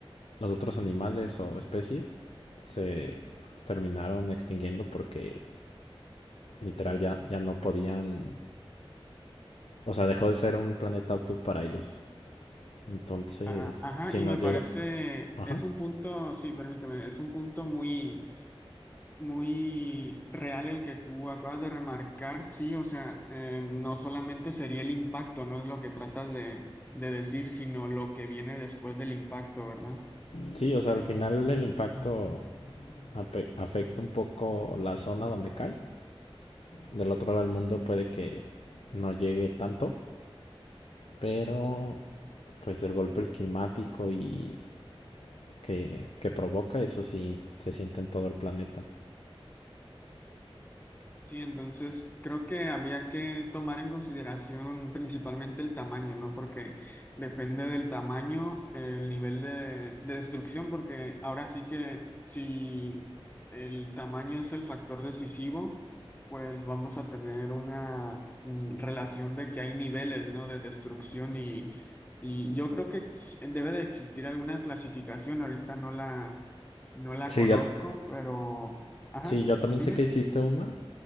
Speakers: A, on the left; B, on the left.
A: los otros animales o especies se terminaron extinguiendo porque literal ya, ya no podían, o sea, dejó de ser un planeta apto para ellos. Entonces,
B: A- Ajá,
A: si
B: y
A: nos
B: me parece,
A: llega, ajá.
B: es un punto, sí, permíteme, es un punto muy Muy real el que tú acabas de remarcar, sí, o sea, eh, no solamente sería el impacto, no es lo que tratas de, de decir, sino lo que viene después del impacto, ¿verdad?
A: Sí, o sea, al final el impacto ape- afecta un poco la zona donde cae. Del otro lado del mundo puede que no llegue tanto, Pero pues el golpe climático y que, que provoca, eso sí se siente en todo el planeta.
B: Sí, entonces creo que habría que tomar en consideración principalmente el tamaño, ¿no? Porque depende del tamaño, el nivel de, de destrucción, porque ahora sí que si el tamaño es el factor decisivo, pues vamos a tener una mm, relación de que hay niveles, ¿no? De destrucción y, y yo creo que ex- debe de existir alguna clasificación, ahorita no la, no la
A: Sí,
B: conozco,
A: ya.
B: pero, ajá,
A: Sí, yo también
B: dime.
A: sé que existe una,